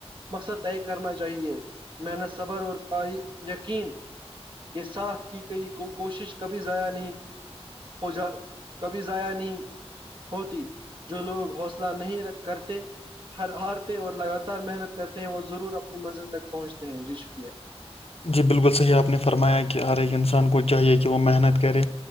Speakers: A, on the right; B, on the left.
A: مقصد طے کرنا چاہیے محنت صبر اور یقین کے ساتھ کی گئی کوشش کبھی ضائع نہیں ہو جا کبھی جضاائیا نہیں ہوتی جو لوگ حوصلہ نہیں رکھ کرتے ہ ہارتے اور لگاتار محنت کرتے ہیں وہ ضرور اپنی منزل تک پہنچتے ہیں جی شکریہ
B: جی بالکل صحیح آپ نے فرمایا کہ ہر ایک انسان کو چاہیے کہ وہ محنت کرے